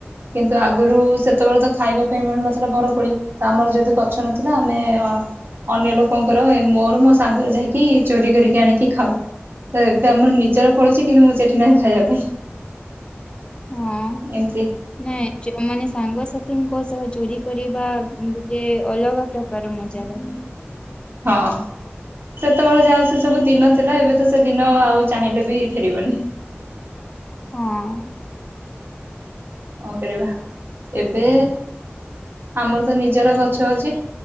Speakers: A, on the right (about 55°); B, on the left (about 25°).
A: କିନ୍ତୁ ଆଗୁରୁ ସେତେବେଳେ ତ ଖାଇବା ପାଇଁ ମିଳୁନଥିଲା ବରକୋଳି। ତ ଆମର ଯେହେତୁ ଗଛ ନଥିଲା ଆମେ ଅ ଅନ୍ୟ ଲୋକଙ୍କର ଏ ମୋର ମୋ ସାଙ୍ଗର ଯାଇକି ଚୋରି କରିକି ଆଣିକି ଖାଉ। ତ ଏବେ ଆମର ନିଜର ଫଳୁଛି କିନ୍ତୁ ମୁଁ ସେଠି ନାହିଁ ଖାଇବା ପାଇଁ।
B: ହଁ।
A: ଏମିତି
B: ନାଇଁ ଯୋ ମାନେ ସାଙ୍ଗସାଥିଙ୍କ ସହ ଚୋରି କରିବା ଗୋଟେ ଅଲଗା ପ୍ରକାର ମଜା ଲାଗେ।
A: ହଁ। ସେତେବେଳେ ଯାହାହ ସେ ସବୁ ଦିନ ଥିଲା ଏବେ ତ ସେ ଦିନ ଆଉ ଚାହିଁଲେ ବି ଫେରିବନି।
B: ହଁ।
A: କଣ କରିବା ଏବେ ଆମର ତ ନିଜର ଗଛ ଅଛି।